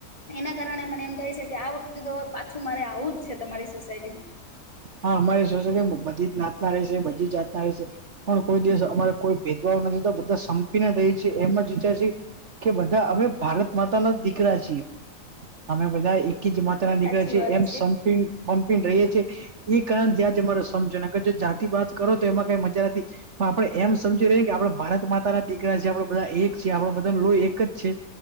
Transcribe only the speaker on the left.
એના કારણે મને એમ થાય છે કે આ વખ તો હવે પાછું મારે આવું જ છે તમારી સોસાયટીમાં.
સાચી
વાત